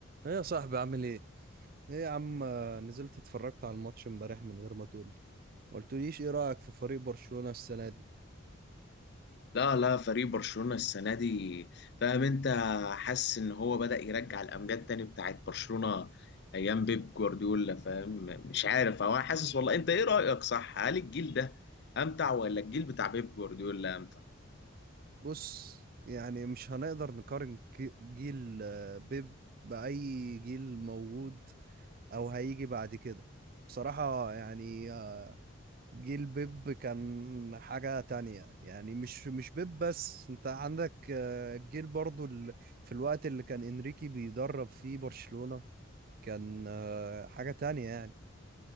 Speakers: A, on the right (about 45°); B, on the left (about 55°).
A: ايه يا صاحبي عامل ايه؟ ايه يا عم آه، نزلت اتفرجت على الماتش امبارح من غير ما تقولي ما قلتليش ايه رأيك في فريق برشلونة السنة دي؟
B: لا لا فريق برشلونة السنة دي فاهم انت حاسس ان هو بدأ يرجع الامجاد تاني بتاعت برشلونة ايام بيب جوارديولا فاهم مش عارف هو أنا حاسس والله انت ايه رأيك صح هل الجيل ده امتع ولا الجيل بتاع بيب جوارديولا امتع
A: بص يعني مش هنقدر نقارن ك- جيل آه، بيب بأي جيل موجود او هيجي بعد كده بصراحة يعني آه، جيل بيب كان حاجة تانية يعني مش مش بيب بس انت عندك آه، جيل برضو ال- في الوقت اللي كان انريكي بيدرب فيه برشلونة كان آه، حاجة تانية يعني